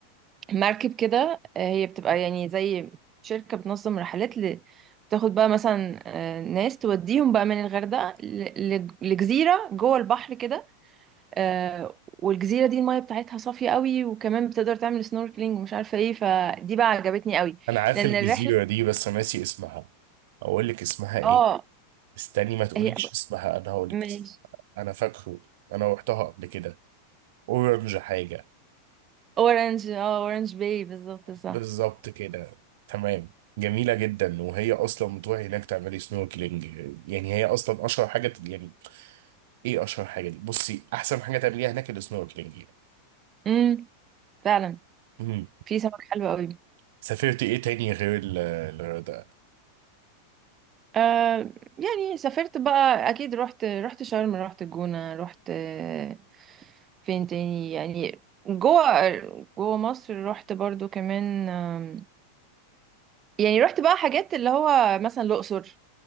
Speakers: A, on the right; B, on the right.
A: مركب كده آه، هي بتبقى يعني زي شركه بتنظم رحلات ل... بتاخد بقى مثلا آه، ناس توديهم بقى من الغردقه ل... ل- لجزيره جوه البحر كده آه والجزيرة دي المية بتاعتها صافية قوي وكمان بتقدر تعمل سنوركلينج ومش عارفة ايه فدي بقى عجبتني قوي
B: انا عارف
A: لأن
B: الجزيرة
A: الرحلة
B: دي بس ناسي اسمها اقول لك اسمها ايه
A: اه
B: استني ما تقوليش
A: هي
B: اسمها انا هقول لك
A: ماشي
B: اسمها انا فاكره انا رحتها قبل كده اورنج حاجة
A: اورنج اه اورنج باي بالظبط صح
B: بالظبط كده تمام جميلة جدا وهي اصلا بتروحي هناك تعملي سنوركلينج يعني هي اصلا اشهر حاجة يعني ايه اشهر حاجة دي بصي احسن حاجة تعمليها هناك السنوركلينج
A: امم فعلا
B: يعني
A: في سمك حلو قوي
B: سافرت ايه تاني غير ال- الغردقة
A: آه يعني سافرت بقى اكيد رحت رحت شرم رحت الجونة رحت آه، فين تاني يعني جوه جوه مصر رحت برضو كمان آم، يعني رحت بقى حاجات اللي هو مثلا الأقصر